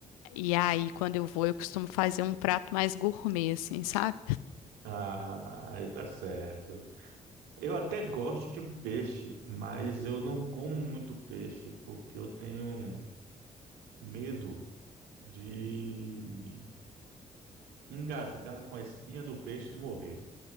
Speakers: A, on the left; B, on the right.
A: E aí, quando eu vou, eu costumo fazer um prato mais gourmet, assim, sabe?
B: Ah, aí tá certo. Eu até gosto de peixe, mas eu não como muito peixe porque eu tenho medo de engasgar com a espinha do peixe e morrer.